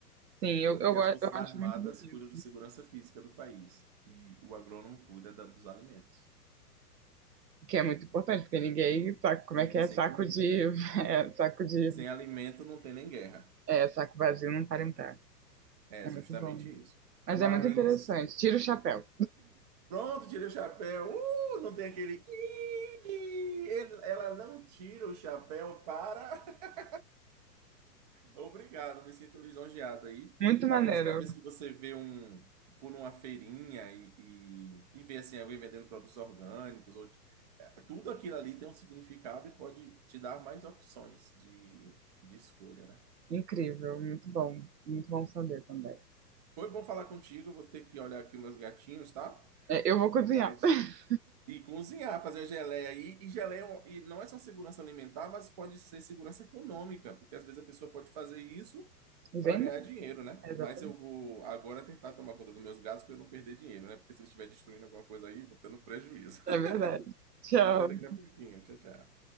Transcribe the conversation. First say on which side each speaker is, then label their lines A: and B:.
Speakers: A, on the right; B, on the right.
A: sim, eu,
B: Porque
A: eu, go-
B: as Forças
A: eu acho
B: Armadas
A: muito bonito.
B: cuidam de segurança física do país e o agrônomo cuida da- dos alimentos.
A: O que é muito importante, porque ninguém sabe como
B: Vive
A: é que é
B: sem
A: saco
B: comida,
A: de.
B: né?
A: <laughs> é, saco de.
B: Sem alimento não tem nem guerra.
A: É, saco vazio não para em pé.
B: É
A: É
B: justamente
A: muito bom.
B: isso.
A: Mas
B: Mas
A: é muito interessante. Tira o chapéu.
B: pronto, tirei o chapéu. Uh, não tem aquele. "Ih". Ele- Ela não tira o chapéu para. <laughs> Obrigado, me sinto lisonjeado aí.
A: Muito maneiro.
B: A próxima vez que você vê um. For numa feirinha e, e, e ver assim, alguém vendendo produtos orgânicos, ou eh, tudo aquilo ali tem um significado e pode te dar mais opções de, de escolha, né?
A: Incrível. Muito bom. Muito bom saber também.
B: Foi bom falar contigo, vou ter que olhar aqui meus gatinhos, tá?
A: É, eu vou cozinhar.
B: Mas
A: <laughs>
B: E cozinhar, fazer a geleia aí. E geleia é um- e não é só segurança alimentar, mas pode ser segurança econômica, porque às vezes a pessoa pode fazer isso
A: E vender.
B: para ganhar dinheiro, né?
A: Exatamente.
B: Mas eu vou agora tentar tomar conta dos meus gatos para eu não perder dinheiro, né? Porque se eu estiver destruindo alguma coisa aí, eu vou tendo prejuízo.
A: É
B: <laughs>
A: verdade. Tchau.
B: Até daqui a pouquinho. Tchau, tchau.